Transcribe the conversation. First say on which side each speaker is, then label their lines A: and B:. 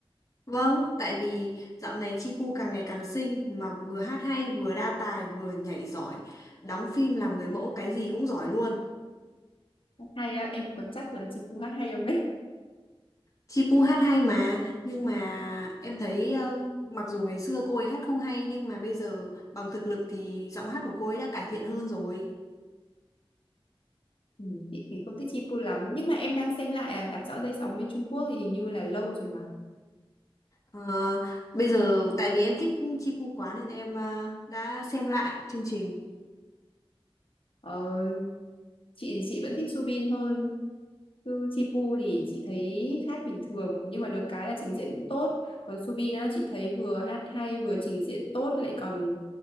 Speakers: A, on the left (about 35°); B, on the left (about 65°).
A: Vâng, tại vì dạo này Chi Pu càng ngày càng xinh mà vừa hát hay vừa đa tài vừa nhảy giỏi, đóng phim làm người mẫu cái gì cũng giỏi luôn.
B: Hát Hay á, em có chắc là Chipu hát hay không đấy?
A: Chi Pu hát hay mà, nhưng mà em thấy ờ, mặc dù ngày xưa cô ấy hát không hay nhưng mà bây giờ bằng thực lực thì giọng hát của cô ấy đã cải thiện hơn rồi.
B: Ừ, chị thì không thích Chipu lắm, nhưng mà em đang xem lại à, Đạp Rõ Dây Sóng bên Trung Quốc thì hình như là lâu rồi mà.
A: Ờ, bây giờ tại vì em thích Chipu quá nên em ờ, đã xem lại chương trình.
B: Ờ, chị thì chị vẫn thích Subin hơn, chứ Chipu thì chị thấy hát bình thường, nhưng mà được cái là trình diễn cũng tốt. Còn Subin á, chị thấy vừa hát hay, vừa trình diễn tốt, lại còn